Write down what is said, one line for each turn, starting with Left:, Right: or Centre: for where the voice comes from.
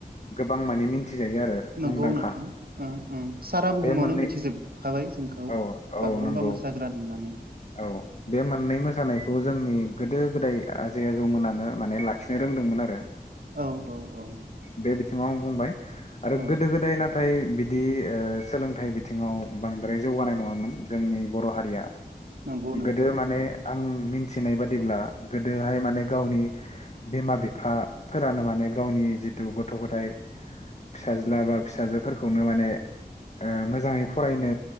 Left: गोबां माने मिथिजायो आरो
Right: नंगौ
Left: मुंदांखा
Right: नोंथां उम उम सारा बुहुमावनो
Left: बे मोननै
Right: मिथिजोबखाबाय जोंखौ
Left: औ औ
Right: बागुरुमबा
Left: नंगौ
Right: मोसाग्रा होननानै,
Left: औ बे मोननै मोसानायखौ जोंनि गोदो गोदाय आजै आजौमोनानो माने लाखिनो रोंदोंमोन आरो
Right: औ औ औ
Left: बे बिथिङाव आं बुंबाय आरो
Right: औ
Left: गोदो गोदायना नाथाय बिदि सोलोंथाइ बिथिङाव बांद्राय जौगानाय नङामोन जोंनि बर' हारिया
Right: नंगौ नोंथां
Left: गोदो माने आं मिथिनाय बादिब्ला गोदोहाय माने गावनि बिमा बिफाफोरानो माने गावनि जिथु गथ' गथायाइ फिसाज्ला बा फिसाजोफोरखौनो माने मोजाङै फरायनो